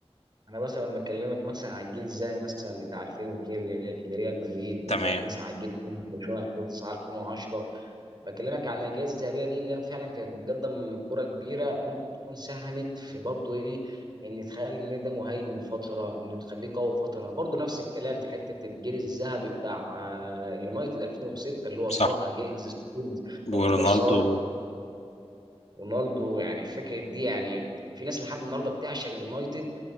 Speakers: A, on the right; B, on the left.
A: انا مثلا لما بكلمك مثلا على الجيل الذهبي مثلا بتاع 2002 لري- لريال مدريد بكلمك
B: تمام
A: مثلا على الجيل الثاني برشلونه 2009 2010 بكلمك عن الاجيال الذهبيه دي ان هي فعلا كانت بتقدم كره كبيره ممكن تكون ساهمت في برضه ايه ان تخلي النادي ده مهيمن فتره ان تخليه قوي فتره برضه نفس الكلام في حته الجيل الذهبي بتاع آه، يونايتد 2006 اللي هو
B: صح
A: صاها جيجز ستونز فاندر
B: ورونالدو
A: سار رونالدو يعني فكره دي يعني في ناس لحد النهارده بتعشق اليونايتد